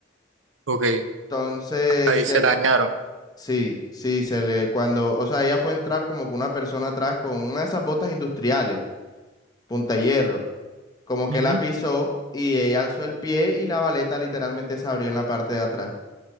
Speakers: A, on the right (about 75°); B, on the left (about 20°).
A: Ok,
B: Entonces,
A: ahí
B: se
A: se
B: l-
A: dañaron.
B: sí, sí, se le, cuando, o sea, ella fue a entrar como que una persona atrás con una de esas botas industriales, punta hierro, como
A: Ujú.
B: que la pisó y ella alzó el pie y la baleta literalmente se abrió en la parte de atrás.